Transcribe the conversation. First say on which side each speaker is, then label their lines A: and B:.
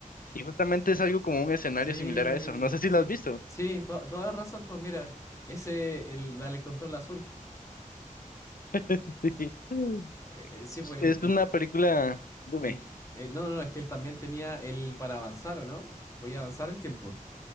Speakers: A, on the left; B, on the left.
A: y justamente es algo como un escenario
B: Sí,
A: similar a eso. No sé si
B: sí,
A: lo has visto.
B: sí, to- toda la razón, pues mira, ese, el, dale control azul.
A: <laughs> Mm.
B: Eh, eh, sí, pues
A: Es
B: el, el,
A: una película, dime.
B: el- el- no, no, no, es que él también tenía el para avanzar, ¿o no? Podía avanzar el tiempo.